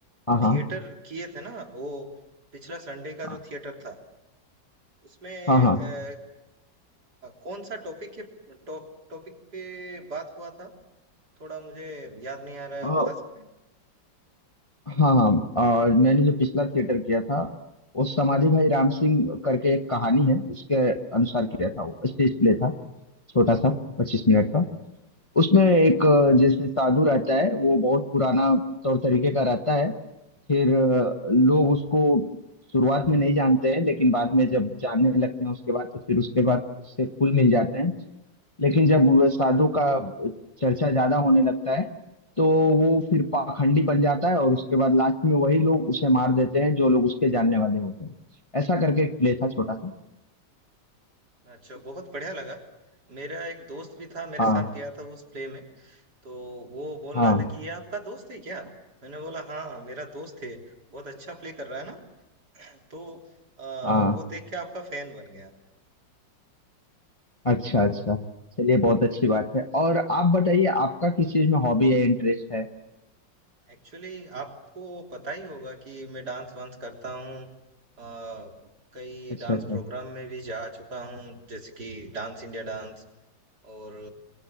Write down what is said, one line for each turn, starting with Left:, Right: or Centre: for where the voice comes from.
Left: हाँ हाँ
Right: थिएटर किए थे ना वो पिछला संडे का
Left: हाँ
Right: जो थिएटर था उसमें
Left: हाँ हाँ
Right: अ, कौन सा टॉपिक है टॉप टॉपिक पे बात हुआ था थोड़ा मुझे याद नहीं आ रहा है
Left: अ,
Right: आप बता सकते हैं
Left: हाँ हाँ अ, मैंने जो पिछला थिएटर किया था वो समाधि भाई राम सिंह करके एक कहानी है उसके अनुसार किया था वो स्टेज प्ले था छोटा सा पच्चीस मिनट का उसमें एक अ, जैसे साधु रहता है वो बहुत पुराना तौर तरीके का रहता है फिर अ, लोग उसको शुरुआत में नहीं जानते हैं लेकिन बाद में जब जानने लगते हैं उसके बाद तो फिर उसके बाद उससे घुल मिल जाते हैं लेकिन जब वो साधु का चर्चा ज्यादा होने लगता है तो वो फिर पाखंडी बन जाता है और उसके बाद लास्ट में वही लोग उसे मार देते हैं जो लोग उसके जानने वाले होते हैं ऐसा करके एक प्ले था छोटा सा
Right: अच्छा बहुत बढ़िया लगा मेरा एक दोस्त भी था मेरे
Left: हाँ
Right: साथ गया था उस प्ले में तो वो बोल
Left: हाँ
Right: रहा था कि ये आपका दोस्त है क्या मैंने बोला हाँ हाँ, मेरा दोस्त है बहुत अच्छा प्ले कर रहा है ना तो अ,
Left: हाँ
Right: वो देख के आपका फैन बन गया
Left: अच्छा अच्छा चलिए बहुत अच्छी बात है और आप बताइए आपका किस चीज में हॉबी है इंटरेस्ट है
Right: एक्चुअली आपको पता ही होगा कि मैं डांस वांस करता हूँ अ, कई
Left: अच्छा
Right: डांस
Left: अच्छा
Right: प्रोग्राम में भी जा चुका हूँ जैसे कि डांस इंडिया डांस और